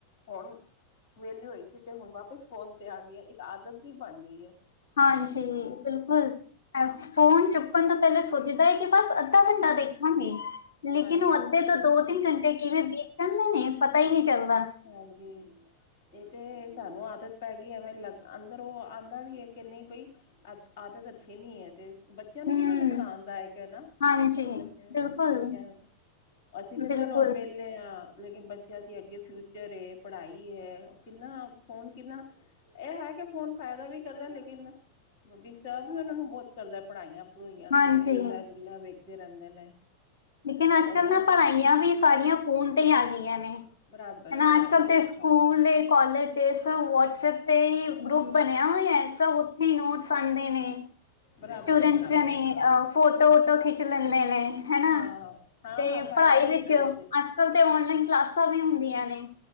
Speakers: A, on the left; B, on the left.
A: ਹੁਣ ਵਿਹਲੀ ਹੋਈ ਸੀ ਤੇ ਹੁਣ ਵਾਪਿਸ ਫੋਨ ਤੇ ਆ ਗਈ ਆ ਇੱਕ ਆਦਤ ਜੀ ਬਣ ਗਈ ਏ।
B: ਹਾਂਜੀ ਬਿਲਕੁਲ। ਫੋਨ ਚੁੱਕਣ ਤੋਂ ਪਹਿਲੇ ਸੋਚਦਾ ਕਿ ਬਸ ਅੱਧਾ ਘੰਟਾ ਦੇਖਾਂਗੇ। ਲੇਕਿਨ
A: ਹਾਂਜੀ,
B: ਉਹ ਅੱਧੇ ਤੋਂ ਦੋ ਤਿੰਨ ਘੰਟੇ ਕਿਵੇਂ ਬੀਤ ਜਾਂਦੇ ਨੇ ਪਤਾ ਹੀ ਨਹੀਂ ਚੱਲਦਾ।
A: ਹਾਂਜੀ। ਇਹ ਤਾਂ ਸਾਨੂੰ ਆਦਤ ਪੈ ਗਈ ਐਵੇਂ ਲਗ ਅੰਦਰ ਆਂਦਾ ਵੀ ਐ ਕਿ ਨਹੀਂ ਬਈ। ਆਦਤ ਅੱਛੀ ਨਹੀਂ ਏ ਤੇ। ਬੱਚਿਆਂ
B: ਹੂੰ।
A: ਨੂੰ ਕਿੰਨਾ ਨੁਕਸਾਨਦਾਇਕ ਏ ਨਾ
B: ਹਾਂਜੀ,
A: ਬੱਚਿਆਂ
B: ਬਿਲਕੁਲ,
A: - ਬੱਚਿਆਂ ਦੇ ਅਸੀਂ ਤਾਂ
B: ਬਿਲਕੁਲ,
A: ਚੱਲ ਹੁਣ ਵਿਹਲੇ ਹਾਂ ਲੇਕਿਨ ਬੱਚਿਆਂ ਦੀ ਅੱਗੇ ਫਿਊ- ਚਰ ਏ ਪੜ੍ਹਾਈ ਏ ਕਿੰਨਾ ਫੋਨ ਕਿੰਨਾ। ਇਹ ਹੈ ਕਿ ਫੋਨ ਫਾਇਦਾ ਵੀ ਕਰਦਾ ਲੇਕਿਨ ਡਿਸਟਰਬ ਵੀ ਉਹਨਾਂ ਨੂੰ ਬਹੁਤ ਕਰਦਾ ਪੜ੍ਹਾਈਆਂ- ਭੂੜਈਆਂ
B: ਹਾਂਜੀ।
A: ਤੇ ਰੀਲਾਂ ਰੁਲਾਂ ਵੇਖਦੇ ਰਹਿੰਦੇ ਨੇ।
B: ਲੇਕਿਨ ਅੱਜ-ਕੱਲ੍ਹ
A: ਓਦਾਂ
B: ਨਾ ਪੜ੍ਹਾਈਆਂ ਵੀ ਸਾਰੀਆਂ ਫੋਨ ਤੇ ਹੀ ਆ ਗਈਆਂ ਨੇ।
A: ਬਰਾਬਰ
B: ਹਨਾ
A: ਹੈ ਬਰਾਬਰ
B: ਅੱਜ-ਕੱਲ੍ਹ ਤੇ
A: ਹੈ
B: ਸਕੂਲ
A: ਹਾਂ
B: ਏ ਕਾਲਜਸ ਸਭ ਵਟਸਐਪ ਤੇ ਹੀ ਗਰੁੱਪ ਬਣਿਆ ਹੋਇਆ ਸਭ ਉੱਥੇ ਨੋਟਸ ਆਂਦੇ ਨੇ।
A: ਬਰਾਬਰ
B: ਸਟੂਡੈਂਟਸ
A: ਹੈ ਬਰਾਬਰ
B: ਜਾਣੀ
A: ਹੈ
B: ਆ ਫੋਟੋ ਵੋਟੋ ਖਿੱਚ ਲੈਂਦੇ ਨੇ ਹਨਾ।
A: ਹਾਂ ਹਾਂ
B: ਤੇ
A: ਹਾਂ ਫਾਇਦਾ
B: ਪੜ੍ਹਾਈ
A: ਵੀ
B: ਵਿੱਚ
A: ਬਹੁਤ
B: ਅੱਜ
A: ਹੈ
B: ਕਲ ਤੇ ਓਨਲਾਈਨ ਕਲਾਸਾਂ ਵੀ ਹੁੰਦੀਆਂ ਨੇ।